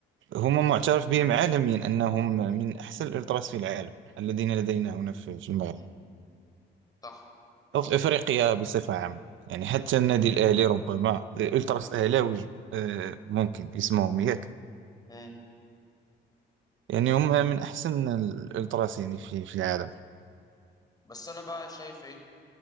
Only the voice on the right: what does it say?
هم معترف بهم عالميا أنهم من أحسن الألتراس في العالم الذين لدينا هنا في في المغرب
أو في أفريقيا بصفة عامة يعني حتى النادي الأهلي ربما الألتراس أهلاوي آه، ممكن اسمهم ياك
يعني هم من أحسن الألتراس يعني في في العالم